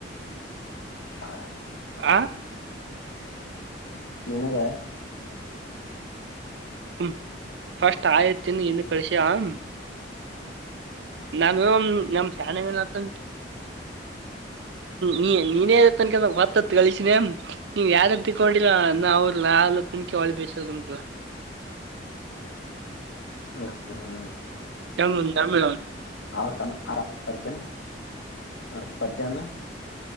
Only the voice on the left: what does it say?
ಹಾ
ಕನು ಯ
ಹ ಹ ಹಾ
ಆವಡ್ತಾನ ಆರಾಮ ಪಚ ಆಕ ಪಾರಜನಾ